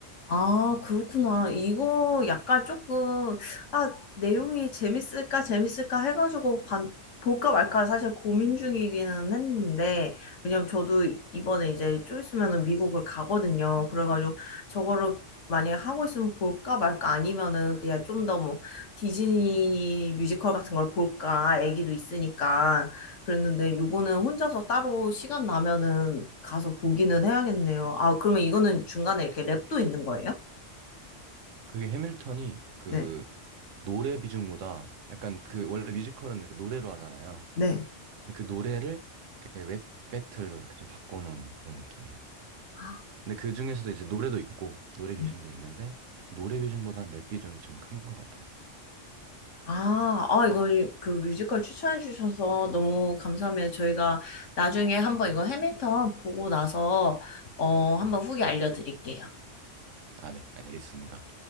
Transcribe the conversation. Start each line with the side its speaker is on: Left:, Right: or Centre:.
Left: 아, 그렇구나. 이거 약간 조금, 아, 내용이 재밌을까, 재밌을까 해가지고 반- 볼까 말까 사실 고민 중이기는 했는데, 왜냐면 저도 이번에 이제 좀 있으면은 미국을 가거든요. 그래가지고 저거를 만약에 하고 있으면 볼까 말까 아니면은 그냥 좀 더 뭐 디즈니 뮤지컬 같은 걸 볼까, 애기도 있으니까. 그랬는데 요거는 혼자서 따로 시간 나면은 가서 보기는 해야겠네요. 아, 그러면 이거는 중간에 이렇게 랩도 있는 거예요?
Right: 그게 해밀턴이 그
Left: 네.
Right: 노래 비중보다 약간 그 원래 뮤지컬은 그 노래로 하잖아요.
Left: 네.
Right: 근데 그 노래를 이렇게 랩 배틀로 이렇게 좀 바꿔놓은 그런 느낌이에요.
Left: 아,
Right: 근데 그 중에서도 이제 노래도 있고 노래
Left: 네.
Right: 비중도 있는데 노래 비중보다는 랩 비중이 좀 큰 것 같아요.
Left: 아, 아, 이거 그 뮤지컬 추천해 주셔서 너무 감사하면 저희가 나중에 한번 이거 해밀턴 보고 나서 어, 한번 후기 알려드릴게요.
Right: 아, 네, 알겠습니다.